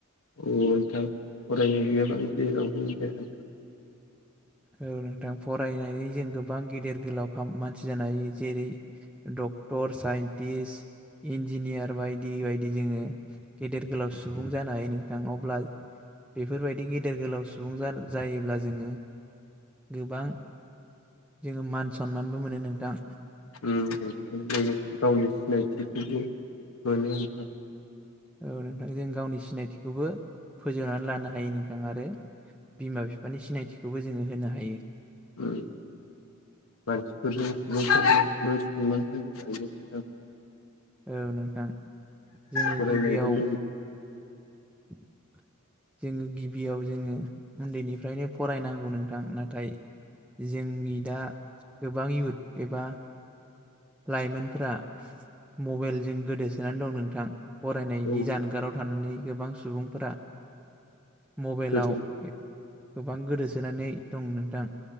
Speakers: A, on the left; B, in the centre.
A: औ नोंथां फरायनाय गैयाबानो जेरावबो जाया नोंथां।
B: औ नोंथां फरायनानै जों गोबां गेदेर गोलाव मानसि जानो हायो जेरै ड डक्टर, साइन्टिस इन्जिनियार बायदि बायदि जोङो गेदेर गोलाव सुबुं जानो हायो नोंथां अब्ला बेफोरबायदि गेदेर गोलाव सुबुं जायोब्ला जोङो गोबां जोङो मान सनमानबो मोनो नोंथां।
A: उम लोगोसे गावनि सिनायथिखौबो मोनो नोंथां।
B: औ नोंथां जों गावनि सिनायथिखौबो फोजौनानै लानो हायो नोंथां आरो बिमा बिफानि सिनायथिखौबो जोङो होनो हायो।
A: उम मानसिफोरजों सुबुंफोरजोंबो सनमान होनो हायो नोंथां।
B: औ नोंथां जोङो
A: फरायनायजों
B: गिबियाव
A: लोगोसे
B: <inaudible> जोङो गिबियाव जोङो उन्दैनिफ्रायनो फरायनांगौ नोंथां नाथाय जोंनि दा गोबां युथ एबा लाइमोनफोरा मबाइलजों गोदोसोनानै दं नोंथां फरायनायनि
A: औ
B: जानगाराव थानानै गोबां सुबुंफोरा मबाइलाव
A: गोजान
B: गोबां गोदोसोनानै दं नोंथां।